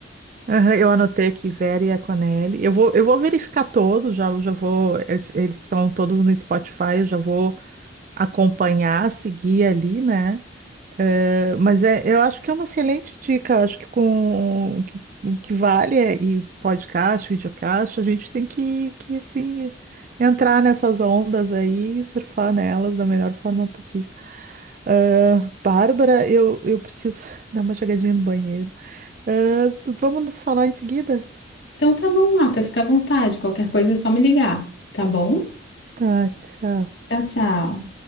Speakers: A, on the right; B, on the left.
A: Aham, eu anotei aqui Vera e a Conelli. Eu vou, eu vou verificar todos, já, já vou. Eles, eles estão todos no Spotify, eu já vou acompanhar, seguir ali, né? É, mas é, eu acho que é uma excelente dica. Acho que com o que, o que vale é, e podcast, videocast, a gente tem que, que assim, entrar nessas ondas aí e surfar nelas da melhor forma possível. Ah, Bárbara, eu, eu preciso <laughs> dar uma chegadinha no banheiro. Ah, vamos nos falar em seguida?
B: Então tá bom, Marta, fica à vontade. Qualquer coisa é só me ligar, tá bom?
A: Tá, tchau.
B: Tchau, tchau.